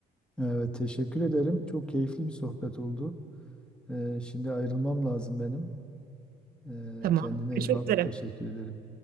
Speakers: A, in the centre; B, on the right (about 60°).
A: Evet, teşekkür ederim. Çok keyifli bir sohbet oldu. E, şimdi ayrılmam lazım benim. E,
B: Tamam.
A: kendine
B: Görüşmek
A: iyi bak.
B: üzere.
A: Teşekkür ederim.